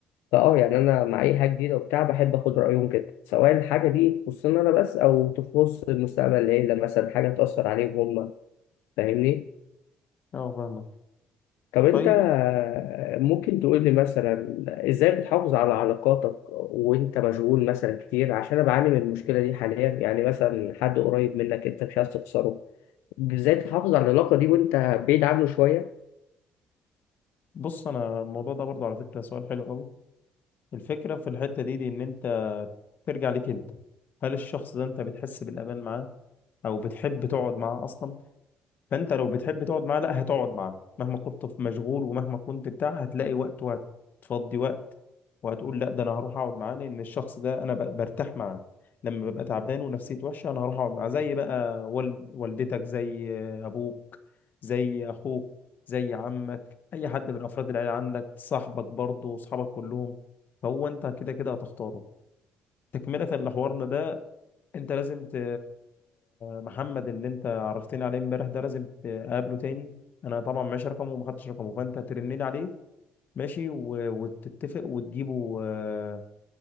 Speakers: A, on the left; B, on the left.
A: فاه يعني انا مع اي حاجه جديده وبتاع بحب اخد رايهم كده سواء الحاجه دي تخصني انا بس او تخص المستقبل العيله مثلا حاجه تاثر عليهم هم فاهمني
B: اه فاهمك
A: طب انت
B: طيب
A: آه، ممكن تقول لي مثلا ازاي بتحافظ على علاقاتك وانت مشغول مثلا كتير عشان انا بعاني من المشكله دي حاليا يعني مثلا حد قريب منك انت مش عايز تخسره ازاي تحافظ على العلاقه دي وانت بعيد عنه شويه
B: بص انا الموضوع ده برضو على فكرة سؤال حلو قوي الفكرة في الحتة دي دي ان انت ترجع ليك انت هل الشخص ده انت بتحس بالأمان معاه او بتحب تقعد معاه اصلا فانت لو بتحب تقعد معاه لا هتقعد معاه مهما كنت في مشغول ومهما كنت بتاع هتلاقي وقت وهتفضي وقت وهتقول لا ده انا هروح اقعد معاه لان الشخص ده انا ب- برتاح معاه لما ببقى تعبان ونفسيتي وحشه انا هروح اقعد معاه زي بقى وال... والدتك زي ابوك زي اخوك زي عمك اي حد من افراد العيله عندك صاحبك برضه واصحابك كلهم فهو انت كده كده هتختاره تكمله لحوارنا ده انت لازم ت... محمد اللي انت عرفتني عليه امبارح ده لازم تقابله تاني انا طبعا معيش رقمه وما خدتش رقمه فانت هترن لي عليه ماشي و... وتتفق وتجيبه آه،